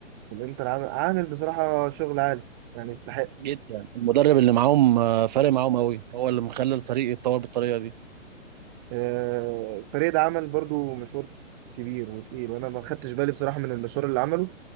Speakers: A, on the right (about 20°); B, on the right (about 35°).
A: الانتر عامل عامل بصراحه شغل عالي يعني يستحق
B: جدا المدرب اللي معاهم آه، فارق معاهم قوي هو اللي مخلى الفريق يتطور بالطريقة دي
A: آه، الفريق ده عمل برضو مشوار كبير وتقيل وانا ما خدتش بالي بصراحه من المشوار اللي عمله